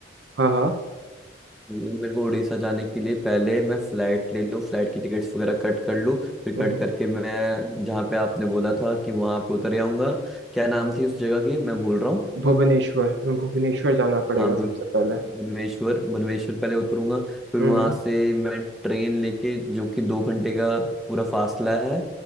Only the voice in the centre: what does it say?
मतलब मेरे को उड़ीसा जाने के लिए पहले मैं फ्लाइट ले लूँ फ्लाइट की टिकट्स वगैरह कट कर लूँ फिर
कट करके मैं जहाँ पे आपने बोला था कि वहाँ पे उतर आऊँगा क्या नाम थी उस जगह की मैं भूल रहा हूँ
हाँ
भु-
भुवनेश्वर भुवनेश्वर पहले उतरूंगा फिर
वहाँ से मैं ट्रेन लेके जो कि दो घंटे का पूरा फासला है